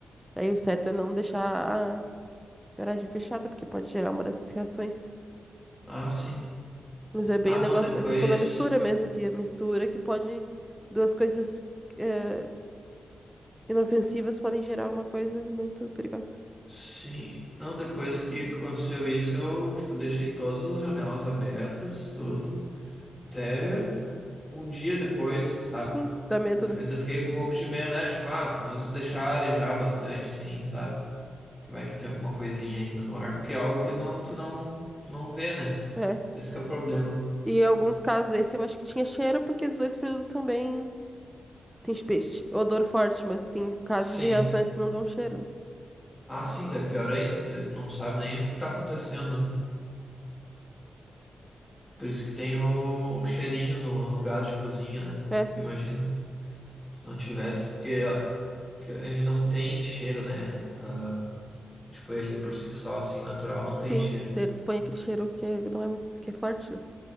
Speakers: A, in the centre; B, on the left.
A: Aí o certo é não deixar a garagem fechada, porque pode gerar uma dessas reações.
B: ah, sim.
A: Mas é bem
B: Ah,
A: o
B: não,
A: negócio,
B: depois.
A: a questão da mistura mesmo, que a mistura que pode, duas coisas eh, inofensivas podem gerar uma coisa muito perigosa.
B: Sim, não, depois que aconteceu isso, eu, tipo, deixei todas as janelas abertas, tudo. Até um dia depois, sabe?
A: Sim, dá medo,
B: Eu
A: né?
B: ainda fiquei com um pouco de medo, né? Tipo, ah, mas deixar arejar bastante, sim, sabe? Que vai que tem alguma coisinha ainda no ar, porque é algo que não, tu não, tu não vê, né?
A: é
B: Esse que é o problema.
A: E em alguns casos esse eu acho que tinha cheiro, porque os dois produtos são bem. Tem espe- odor forte, mas tem casos
B: Sim.
A: de reações que não dão cheiro.
B: Ah, sim, daí é pior ainda, porque tu não sabe nem o que tá acontecendo. né? Por isso que tem o, o cheirinho no, no gás de cozinha, né?
A: É, é,
B: Imagina, se não tivesse, porque, porque ele não tem cheiro, né? Ah, tipo, ele por si só, assim, natural, não
A: sim.
B: tem cheiro.
A: Eles põem aquele cheiro que é- não é muito, que é forte, né?